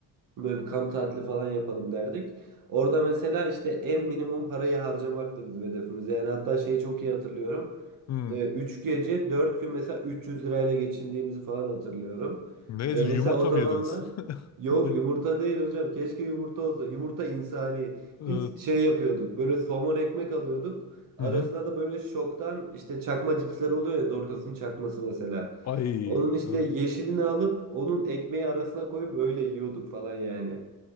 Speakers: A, on the right; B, on the left.
A: Böyle bir kamp tatili falan yapalım derdik. Orada mesela işte en minimum parayı harcamak da bizim hedefimiz. Yani hatta şeyi çok iyi hatırlıyorum.
B: Hmm.
A: Ee, 3 gece 4 gün mesela 300 lirayla geçindiğimizi falan hatırlıyorum.
B: Nedir?
A: E, mesela
B: Yumurta
A: o zamanlar
B: mı yediniz? <laughs>
A: yok
B: Ne?
A: yumurta değil hocam keşke yumurta olsa yumurta insani.
B: Evet.
A: Biz şey yapıyorduk böyle somon ekmek alıyorduk arasına
B: Hı hı.
A: da böyle şoktan işte çakma cipsler oluyor ya Doritos'un çakması mesela.
B: Ay.
A: Onun işte
B: Evet.
A: yeşilini alıp onun ekmeği arasına koyup öyle yiyorduk falan yani.